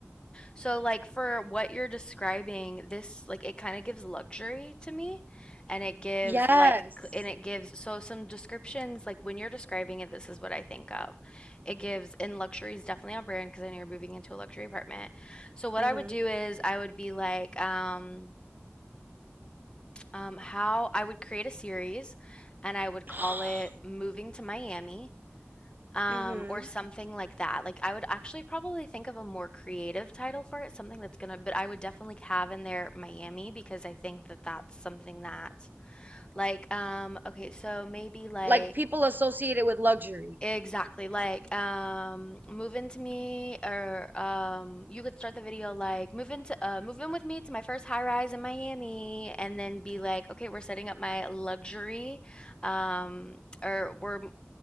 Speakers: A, on the left; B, on the right.
A: So, like, for what you're describing, this, like, it kind of gives luxury to me. And it gives,
B: yes
A: like, cl- and it gives, so some descriptions, like, when you're describing it, this is what I think of. It gives, and luxury is definitely on brand because I know you're moving into a luxury apartment. So, what
B: hmm
A: I would do is I would be like, um, um, how I would create a series and I would call
B: <gasps>
A: it Moving to Miami. Um,
B: hmm
A: or something like that. Like I would actually probably think of a more creative title for it, something that's gonna, but I would definitely have in there Miami because I think that that's something that like um okay, so maybe like
B: Like people associate it with luxury.
A: Exactly. Like, um, move into me, or um, you could start the video like, move into, uh, move in with me to my first high rise in Miami, and then be like, okay, we're setting up my luxury, um, or we're, no,